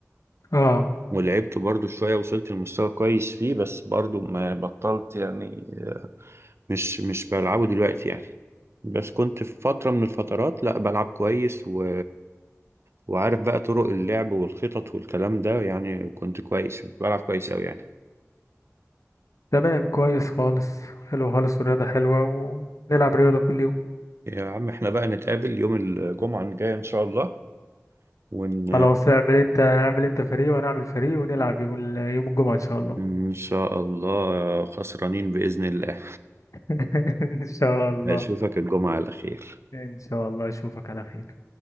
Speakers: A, on the left; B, on the right.
A: اه
B: ولعبته برضو شوية وصلت لمستوى كويس فيه بس برضو ما بطلت يعني مش مش بلعبه دلوقتي يعني بس كنت في فترة
A: مم.
B: من الفترات لا بلعب كويس و... وعارف بقى طرق اللعب والخطط والكلام ده يعني كنت كويس كنت بلعب كويس قوي يعني
A: تمام كويس خالص حلو خالص والرياضة حلوة ونلعب رياضة كل يوم
B: يا عم احنا بقى نتقابل يوم الجمعة الجاية ان شاء الله ون
A: خلاص اعمل انت اعمل انت فريق وانا اعمل فريق ونلعب يوم ال- يوم الجمعة ان شاء الله
B: ان شاء الله خسرانين بإذن الله
A: <laughs> ان شاء الله
B: <laughs> اشوفك الجمعة على خير
A: ان شاء الله اشوفك على خير